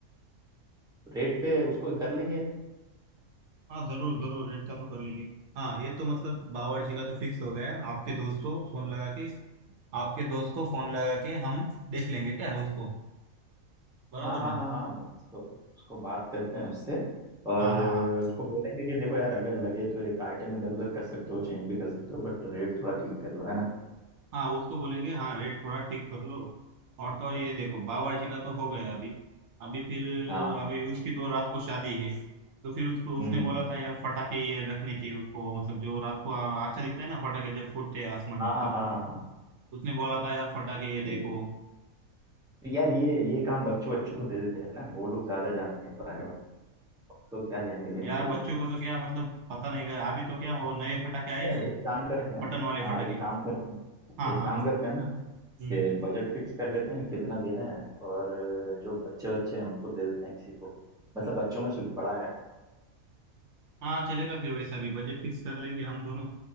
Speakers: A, in the centre; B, on the right (about 65°).
A: रेट पे उसको कर लेंगे
B: हाँ जरूर जरूर रेट का तो कर लेंगे हाँ ये तो मतलब बावर्ची का तो फिक्स हो गया है। आपके दोस्त को फोन लगा के आपके दोस्त को फोन लगा के हम देख लेंगे क्या है उसको बराबर
A: हाँ हाँ
B: ना
A: हाँ हाँ उसको उसको बात करते हैं उससे और
B: हाँ हाँ हाँ
A: उसको बोलेंगे कि देखो यार अगर लगे तो एक आइटम इधर उधर कर सकते हो चेंज भी कर सकते हो बट रेट थोड़ा ठीक कर लो है ना
B: हाँ उसको बोलेंगे हाँ रेट थोड़ा ठीक कर लो और तो और ये देखो बावर्ची का तो हो गया अभी अभी फिर
A: हाँ
B: अभी उसकी तो रात को शादी है तो फिर उसको उसने
A: हम्म हम्म
B: बोला
A: हम्म।
B: था यार फटाके ये रखने की उसको मतलब जो रात को आ- अच्छा दिखता है ना फटाके जब फूटते हैं आसमान
A: हाँ
B: में
A: हाँ
B: तब
A: हाँ हाँ हाँ
B: उसने बोला था यार फटाके ये देखो
A: तो तो यार ये ये काम बच्चों बच्चों को दे देते हैं ना वो लोग ज्यादा जानते हैं इस बारे में लोग क्या जाएंगे लेने
B: यार
A: के लिए
B: बच्चों को तो क्या मतलब पता नहीं क्या अभी तो क्या वो नए फटाके आए
A: ये
B: ना
A: एक काम करते हैं
B: बटन वाले
A: हाँ
B: फटाके
A: एक काम करते हैं
B: हाँ
A: एक
B: हाँ
A: काम
B: हाँ
A: करते हैं ना
B: हम्म
A: कि बजट फिक्स कर लेते हैं कितना देना है और जो बच्चे बच्चे हैं उनको दे देते हैं किसी को मतलब बच्चों में जो बड़ा है
B: हाँ चलेगा फिर वैसा भी बजट फिक्स कर लेंगे हम दोनों